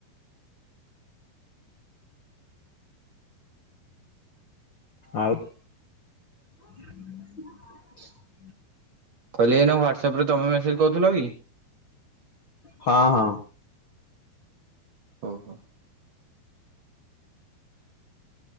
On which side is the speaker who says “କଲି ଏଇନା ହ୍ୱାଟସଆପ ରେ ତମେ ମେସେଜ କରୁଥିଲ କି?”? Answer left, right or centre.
Right